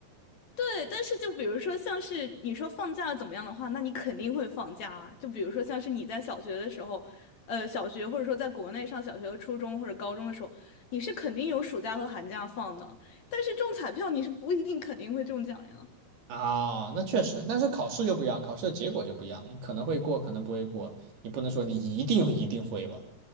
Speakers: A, on the left (about 55°); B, on the right (about 70°).
A: 对，但是就比如说，像是你说放假怎么样的话，那你肯定会放假啊。就比如说，像是你在小学的时候，呃，小学或者说在国内上小学和初中或者高中的时候，你是肯定有暑假和寒假放的。但是中彩票你是不一定肯定会中奖呀。
B: 啊，那确实，但是考试就不一样，考试的结果就不一样了，你可能会过，可能不会过，你不能说你一定一定会吧？